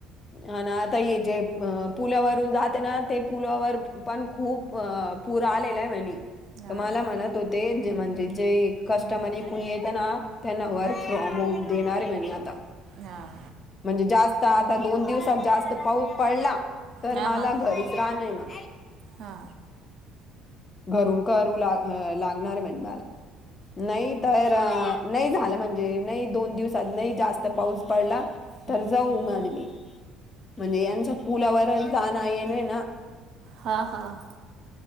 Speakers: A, on the left (about 25°); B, on the right (about 55°).
A: हा ना आता ये जे अ पुलावरून जाते ना ते पुलावर पण खूप पूर आलेला आहे म्हणे
B: हां
A: त-मला म्हणत होतेेजे म्हणजे जे कस्टमने
B: हां
A: कुणी येतं ना त्यांना वर्क फ्रॉम होम देणारे म्हने आता.
B: हां.
A: म्हणजे जास्त आता दोन दिवसात जास्त पाऊस पडला तर
B: हां
A: माला,
B: हां
A: घरीच राहणय ना.
B: हा
A: घरून करू ला लागणार म्हने मला, नाही तर अ नाही झालं म्हणजे नाही दोन दिवसात नाही जास्त पाऊस पडला तर
B: हम्म.
A: जाऊ माझ मी म्हणजे यांच्या पुलावर जाण येणय ना.
B: हां, हां.